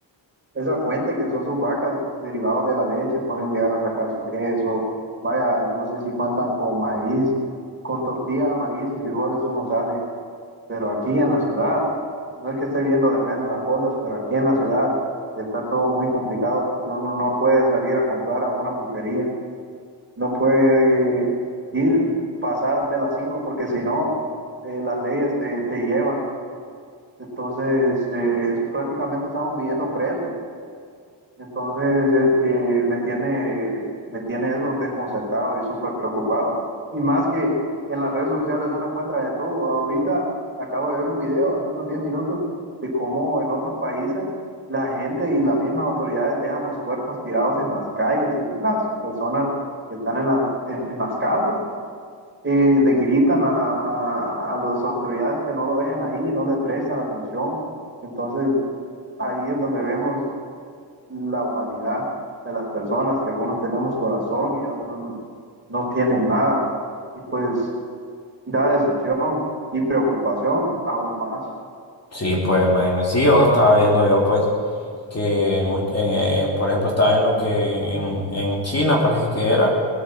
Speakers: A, on the right (about 25°); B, on the left (about 35°).
A: esa fuente que son sus vacas, derivados de la leche, pueden llegar a sacar su queso. Vaya, no sé si cuentan con maíz, con tortilla, maíz y frijoles uno sale, pero aquí en la ciudad, no es que esté viendo de menos las cosas, pero aquí en la ciudad está todo muy complicado porque uno no puede salir a comprar a una pulpería, no puede ir pasar de las 5 porque si no, eh, las leyes te, te llevan. Entonces, eh, prácticamente estamos viviendo presos. Entonces, eh, eh, me tiene, me tiene eso desconcertado y súper preocupado. Y más que en las redes sociales uno encuentra de todo. Ahorita acabo de ver un video hace unos 10 minutos de cómo en otros países la gente y las mismas autoridades dejan los cuerpos tirados en las calles y las personas que están en, la- en, en las casas eh, le gritan a, a, a las autoridades que no lo dejen ahí y no le prestan atención. Entonces, ahí es donde vemos la humanidad de las personas, que algunos tenemos corazón y otros no tienen nada. Y pues da decepción y preocupación aún más
B: Sí, pues imagínate, sí, yo estaba viendo yo pues que en, much- en- en- por ejemplo estaba viendo que en, en China parece que era.